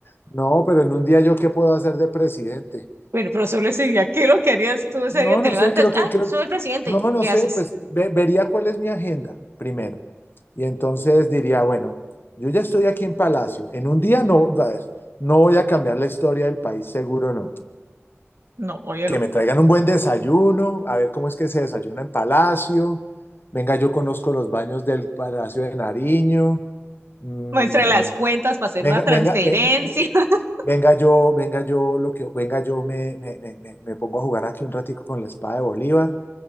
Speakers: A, on the left (about 50°); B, on the right (about 60°).
A: No, pero en un día yo qué puedo hacer de presidente.
B: Bueno, pero solo ese día, ¿qué es lo que harías tú ese
A: No,
B: día? Te
A: no
B: levantas,
A: sé, creo que,
B: ah,
A: creo,
B: soy el presidente,
A: no, no
B: ¿qué
A: sé,
B: haces?
A: pues ve- vería cuál es mi agenda primero. Y entonces diría, bueno, yo ya estoy aquí en Palacio. En un día no, a ver, no voy a cambiar la historia del país, seguro no.
B: No, oye,
A: Que
B: no.
A: me traigan un buen desayuno, a ver cómo es que se desayuna en Palacio. Venga, yo conozco los baños del Palacio de Nariño. Mm,
B: Muestra las cuentas para hacer
A: venga,
B: una transferencia.
A: venga, ve-
B: <laughs>
A: Venga yo, venga yo, lo que, venga yo me, me, me, me- me pongo a jugar aquí un ratico con la espada de Bolívar